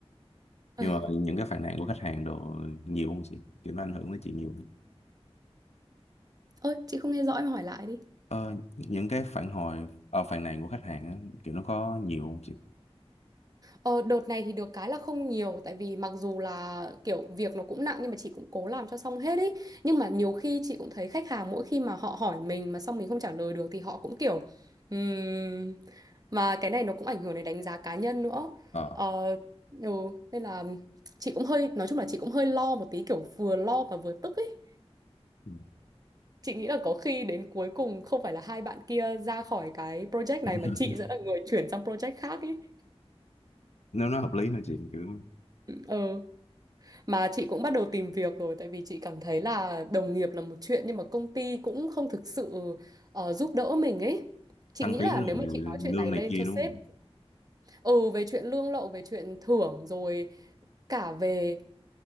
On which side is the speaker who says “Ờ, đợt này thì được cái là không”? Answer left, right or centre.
Right